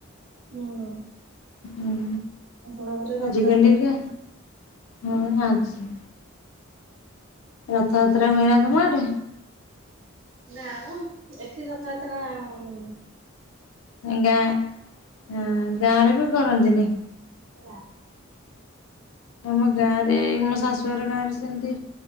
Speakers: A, on the right; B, on the left.
A: ହୁଁ,
B: ହୁଁ,
A: ହଣ ଘରେ ରଥଯାତ୍ରା,
B: ଆଜିକାଲିକା ହଁ ଆଜି, ରଥଯାତ୍ରା ମେଳା ତମ ଆଡେ?
A: ନା ମ ଏଠି ରଥାଯାତ୍ରା ଉମ-ମ୍-ମ୍
B: ଗାଁ, ଅ ଗାଁ ରେ ବି କରନ୍ତିନି।
A: ନା,
B: ଆମ ଗାଁ ରେ ମୋ ଶାଶୁଘର ଗାଁ ରେ ସେମିତି